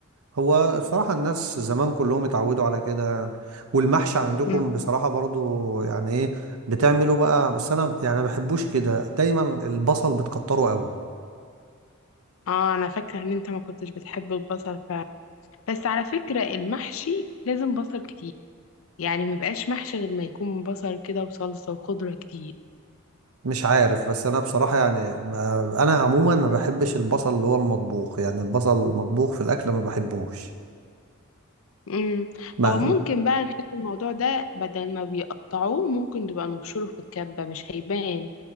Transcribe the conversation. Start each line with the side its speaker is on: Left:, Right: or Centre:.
Right: هو بصراحة الناس زمان كلهم اتعودوا على كده يعني والمحشي عندكم
Left: مم.
Right: بصراحة برضه يعني ايه بتعملوا بقى بس انا يعني ما بحبوش كده دايما البصل بتكتره قوي
Left: اه انا فاكرة ان انت ما كنتش بتحب البصل فعلا بس على فكرة المحشي لازم بصل كتير يعني مبقاش محشي غير ما يكون بصل كده وصلصة وخضرة كتير
Right: مش عارف بس انا بصراحة يعني ما- انا عموما ما بحبش البصل اللي هو المطبوخ يعني البصل المطبوخ في الاكل ما بحبوش
Left: مم.
Right: ما
Left: هو ممكن بقى نحط الموضوع ده بدل ما بيقطعوه ممكن تبقى نبشره في الكبة مش هيبان